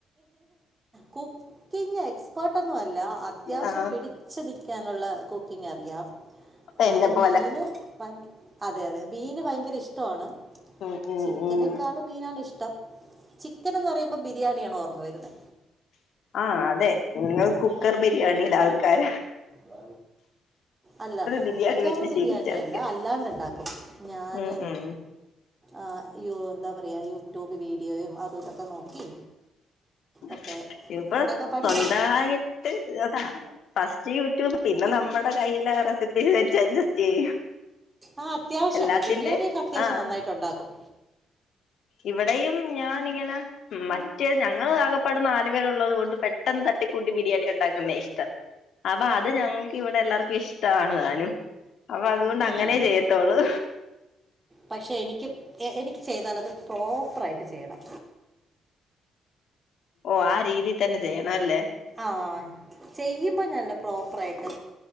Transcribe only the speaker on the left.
ആ
എന്നെ പോലെ
ഉം ഉം
ഉം
ആഹ് അതെ നിങ്ങൾ കുക്കർ ബിരിയാണിടെ ആൾക്കാര
ബിരിയാണി വെച്ച്
ശീലിച്ച ആൾക്കാര്
ഉം ഉം
<unintelligible>
സ്വന്തായിട്ട് <unintelligible> ഫസ്റ്റ് യൂട്യൂബ് പിന്നെ നമ്മടെ കയ്യിലെ റെസിപ്പീസ് വെച്ച് അഡ്ജസ്റ്റ് ചെയ്യും.
എല്ലാത്തിന്റെ
ആഹ്
ഇവിടെയും ഞാൻ ഇങ്ങനെ മറ്റേ ഞങ്ങൾ ആകപ്പാടെ നല് പേരു ള്ളത് കൊണ്ട് പെട്ടെന്ന് തട്ടിക്കൂട്ടി ബിരിയാണി ഉണ്ടാക്കുന്നേ ഇഷ്ടം അപ്പൊ അത് ഞങ്ങക്ക് ഇവിടെ എല്ലാർക്കും ഇഷ്ടമാണ് താനും, അപ്പൊ അതുകൊണ്ട്
അങ്ങനെ ചെയ്യത്തോളൂ.
ഓഹ് ആ രീതിയി തന്നെ ചെയ്യണം അല്ലേ